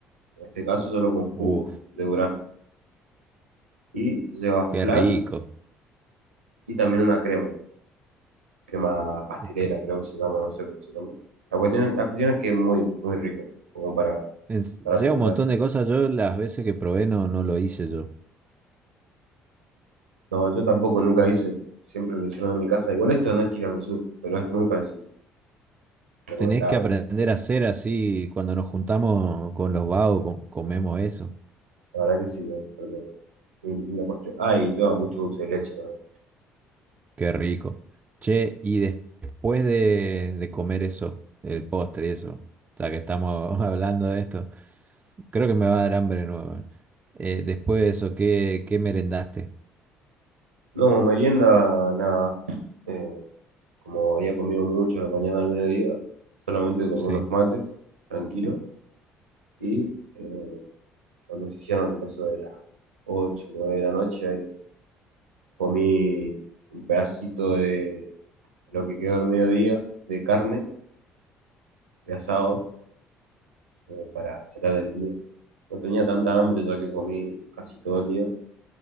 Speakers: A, on the right; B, on the right.
A: En este caso solo con
B: Uf,
A: jugo de durazno. Y lleva
B: qué
A: flan
B: rico.
A: y también una crema. Crema pastelera,
B: Ok.
A: creo que se llama, no sé cómo se llama. La cuestión, la cuestión es que es muy, muy rico, como para,
B: Es- lleva
A: para terminar.
B: un montón de cosas, yo las veces que probé no, no lo hice yo.
A: No, yo tampoco nunca hice, siempre lo hicieron en mi casa. Igual esto no es tiramisú, pero es muy parecido, recomendado.
B: Tenés que aprender a hacer así, cuando nos juntamos con los vagos, co- comemos eso.
A: La verdad que sí, ¿no? Porque es una postre. Ah, y lleva mucho dulce de leche también.
B: Qué rico. Che, y de- después de, de comer eso, el postre y eso, ya que estamos <laughs> hablando de esto, creo que me va a dar hambre de nuevo. eh. Eh, después de eso, ¿qué, qué merendaste?
A: No, merienda, nada. Eh, como había comido mucho a la mañana al mediodía, solamente tomé
B: Sí.
A: unos mates, tranquilo. Y eh, cuando se hicieron eso de las 8 9 de la noche, ahí comí un pedacito de lo que quedó al mediodía de carne, de asado como para cenar el día. No tenía tanta hambre ya que comí casi todo el día.